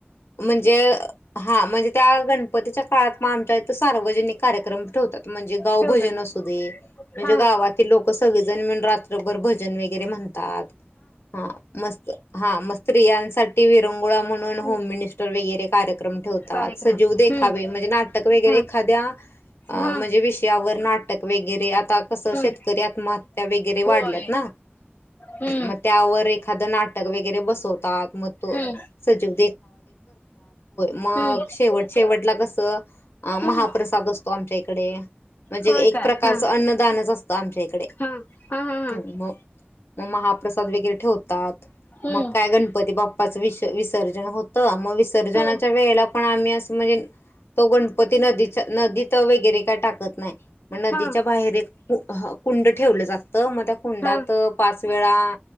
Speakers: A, on the left (about 85°); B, on the left (about 55°).
A: म्हणजे हा म्हणजे त्या गणपतीच्या काळात मं आमच्या इथं सार्वजनिक कार्यक्रम ठेवतो. म्हणजे गाव
B: ठेवतात
A: भजन असू दे, म्हणजे
B: हा
A: गावातील लोक सगळेजण मिळून रात्रभर भजन वगैरे म्हणतात. हा मस्त हा मग स्त्रियांसाठी विरंगुळा म्हणून,
B: हम्म
A: होम मिनिस्टर वगैरे कार्यक्रम ठेवतात.
B: कार्यक्रम
A: सजीव दे
B: हम्म
A: हा बई म्हणजे नाटक वैगरे
B: हा
A: एखाद्या म्हणजे
B: हा
A: विषयावर नाटक वैगरे कसं
B: हम्म
A: शेतकरी आत्महत्या वै गरे वाढल्यात
B: होय
A: ना,
B: हम्म
A: मग त्यावर एखादं नाटक वगैरे बसवतात, मग तो
B: हम्म
A: सजीव <unintelligible> मग
B: हम्म
A: शेवट शेवटला कसं
B: हम्म
A: महाप्रसाद असतो आमंच्या इकडे म्हणजे
B: होय
A: एक
B: काय
A: प्रकारचं
B: हा
A: अन्नदानच असतं आमच्या इकडे.
B: हा हा हा हा
A: हं मग मग महाप्रसाद वगैरे ठेवतात.
B: हम्म
A: मग काय गणपती बाप् पाच विसर्जन होत मग विसर्जनाच्या
B: हम्म
A: वेळेला पण आम्ही असं म्हणजे तो गणपती नदीचा नदीत वगैरे काय टाकत नाही. मग नदीच्या
B: हा
A: बाहेर कुंड ठेवले जास्त, म त्या कुंडात
B: हा
A: पाच वेळा